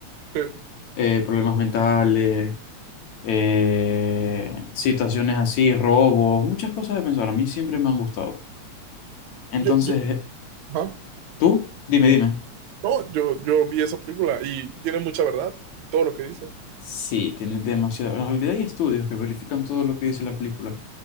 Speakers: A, on the right; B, on the left.
A: Sí,
B: eh, problemas mentales, eh, situaciones así, robos, muchas cosas de pensar. A mí siempre me han gustado. Entonces,
A: Yo, yo
B: eh,
A: Ajá.
B: tú, dime, dime.
A: No, yo, yo vi esa película y tiene mucha verdad, todo lo que dice.
B: Sí, tiene demasiado. En realidad hay estudios que verifican todo lo que dice la película.